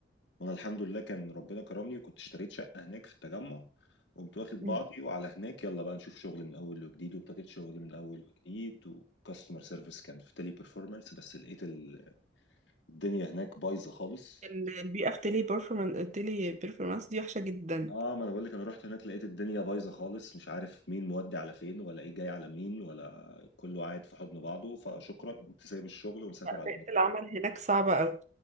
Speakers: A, on the left (about 70°); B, on the right (about 40°).
A: وانا الحمد لله كان ربنا كرمني وكنت اشتريت شقه هناك في التجمع قمت واخد بعضي
B: مم.
A: وعلى هناك يلا بقى نشوف شغل من اول وجديد وابتديت شغل من اول وجديد وكاستمر سيرفيس كان في تيلي بيرفورمانس بس لقيت ال- الدنيا هناك بايظه خالص
B: ال- البيئة في تيلي بيرفورمانس تيلي بيرفورمانس دي وحشة جدا
A: اه ما انا بقول لك انا رحت هناك لقيت الدنيا بايظه خالص مش عارف مين مودي على فين ولا ايه جاي على مين ولا كله قاعد في حضن بعضه فشكرا قمت سايب الشغل ومسافر على
B: بيئة
A: مصر
B: العمل هناك صعبة أوي